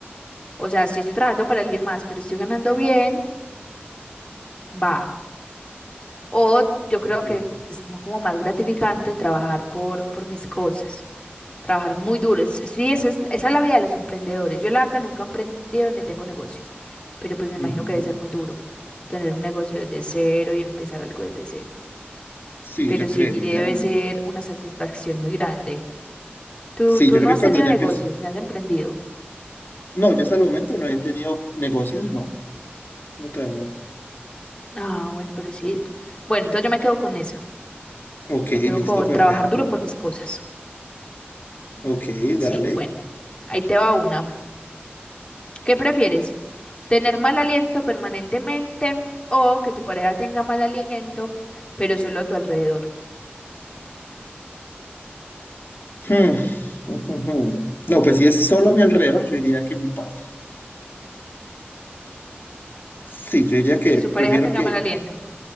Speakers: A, on the left (about 30°); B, on the left (about 60°).
A: O sea, si estoy trabajando para alguien más, pero estoy ganando bien, va. O yo
B: Ok,
A: creo que es m- como más gratificante trabajar por, por mis cosas. Trabajar muy duro. Es- Sí, esa es, esa es la vida de los emprendedores. Yo la verdad nunca he emprendido ni tengo negocios. Pero pues me
B: ujú.
A: imagino que debe ser muy duro tener un negocio desde cero y empezar algo desde cero.
B: Sí,
A: Pero
B: yo
A: sí
B: creería.
A: debe ser una satisfacción muy grande. Tú,
B: Sí,
A: tú
B: yo
A: no
B: creo
A: has
B: que cuando
A: tenido
B: ya
A: negocios,
B: empiezo...
A: ni has emprendido.
B: No, yo hasta el momento no he tenido negocios, no. No, todavía no.
A: Ah, bueno, pero sí. Bueno, entonces yo me quedo con eso.
B: Ok,
A: Me quedo
B: listo,
A: con
B: perfecto.
A: trabajar duro por mis cosas.
B: Ok,
A: Sí,
B: dale.
A: bueno, ahí te va una. ¿Qué prefieres? ¿Tener mal aliento permanentemente o que tu pareja tenga mal aliento, pero solo a tu alrededor?
B: Hmm. <laughs> No, pues si es solo a mi alrededor, yo diría que mi pareja. Sí, yo diría que
A: Que su pareja
B: prefiero
A: tenga
B: que
A: mal aliento.